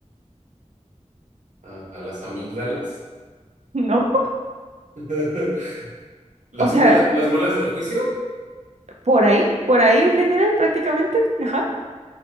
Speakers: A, on the right (about 75°); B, on the right (about 60°).
A: Ah, las amígdalas.
B: <laughs> ¿no?
A: <laughs> Las
B: O sea,
A: muelas, las muelas del juicio.
B: por ahí, por ahí en general prácticamente, ajá.